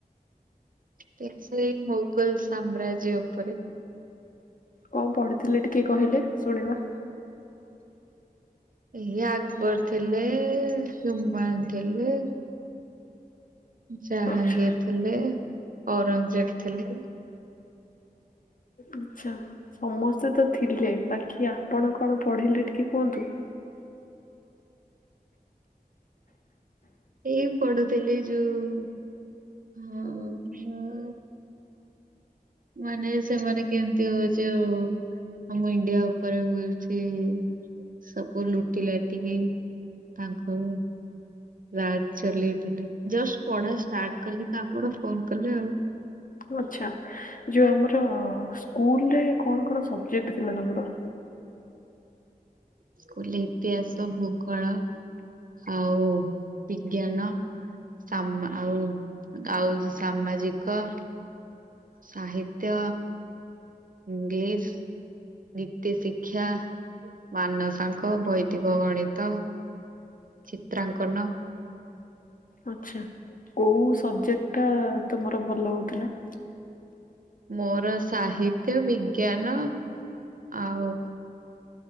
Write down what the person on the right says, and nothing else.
ତେ ସେଇ ମୋଗଲ ସାମ୍ରାଜ୍ୟ ଉପରେ।
ଏଇ ଆକବର ଥିଲେ, ହିମାୟୁନ ଥିଲେ। ଜାହାଙ୍ଗୀର
ଥିଲେ, ଔରଙ୍ଗଜେବ ଥିଲେ।
ଏଇ ପଢୁଥିଲି ଯୋଉ ହୁଁ। ହୁଁ। ମାନେ ସେମାନେ କେମିତି ହୋଉଚି ଆଉ ଆମ ଇଣ୍ଡିଆ ଉପରେ ହୋଉ ଚି ସବୁ ଲୁଟି ଲାଟିକି ତାଙ୍କ ରାଜ ଚଲେଇଥିଲେ। ଜଷ୍ଟ ପଢା ଷ୍ଟାର୍ଟ କଲି ତ, ଆପଣ ଫୋନ କଲେ ଆଉ।
ସ୍କୁଲରେ ଇତିହାସ, ଭୂଗୋଳ, ଆଉ ବିଜ୍ଞାନ, ସାମା ଆଉ ଆଉ ସାମାଜିକ। ସାହିତ୍ୟ, ଇଂଲିଶ, ନି ତିଶିକ୍ଷା, ମାନସାଙ୍କ, ବୈଦିକ ଗଣିତ। ଚିତ୍ରାଅଙ୍କନ।
ମୋର ସାହିତ୍ୟ, ବିଜ୍ଞାନ ଆଉ